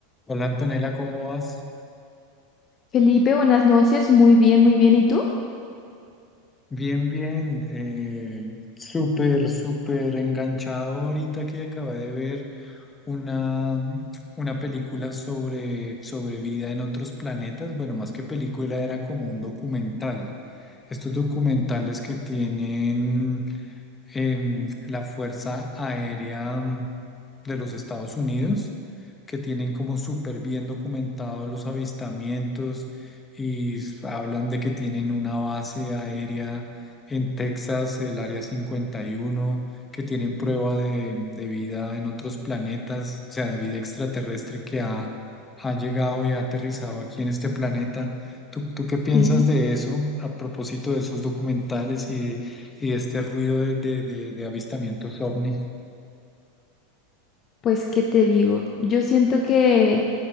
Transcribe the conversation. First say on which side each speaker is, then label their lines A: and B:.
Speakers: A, on the left; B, on the left.
A: Hola Antonella, ¿cómo vas?
B: Felipe, buenas noches. Muy bien, muy bien. ¿Y tú?
A: Bien, bien. eh, súper, súper enganchado ahorita que acabé de ver una, una película sobre, sobre vida en otros planetas. Bueno, más que película, era como un documental. Estos documentales que tienen em, la Fuerza Aérea de los Estados Unidos, que tienen como súper bien documentados los avistamientos y s- hablan de que tienen una base aérea en Texas, el Área cincuenta y uno que tienen prueba de, de vida en otros planetas, o sea, de vida extraterrestre que ha, ha llegado y ha aterrizado aquí en este planeta. ¿Tú, tú qué piensas
B: Sí.
A: de eso a propósito de esos documentales y de, y de este ruido de, de de- de avistamientos ovnis?
B: Pues, ¿qué te digo? Yo siento que